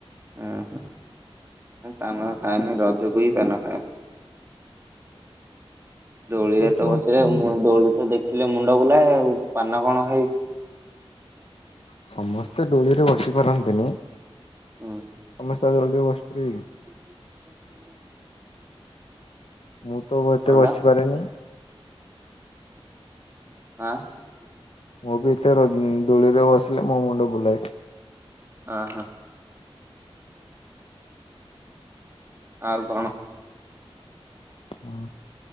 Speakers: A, on the right (about 25°); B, on the left (about 75°).
A: ଆଁ ହାଁ ଆଉ ତା ମାନେ ଆମେ ରଜ କୁ ହିଁ ପାନ ଖାଏ। ଦୋଳିରେ
B: ରଜ
A: ତ
B: ହଉଛି
A: ବସିଲେ ଉଁ ଦୋଳି ତ ଦେଖିଲେ ମୁଣ୍ଡ ବୁଲାଏ ଆଉ ପାନ କଣ ଖାଇବି।
B: ସମସ୍ତେ ଦୋଳିରେ ବସି ପାରନ୍ତିନି।
A: ହୁଁ।
B: ସମସ୍ତେ ଆଉ ଦୋଳିରେ ବସି ପାରିବେ କି?
A: <inaudible>
B: ମୁଁ ତ ଏତେ
A: କଣଟା
B: ବସିପାରେନି।
A: ଆଁ।
B: ମୁଁ ବି ଏତେ ର ଦୋଳିରେ ବସିଲି ମୋ ମୁଣ୍ଡ ବୁଲାଏ।
A: ଆଁ ହାଁ। <inaudible> ଆଉ କଣ?
B: ଅଁ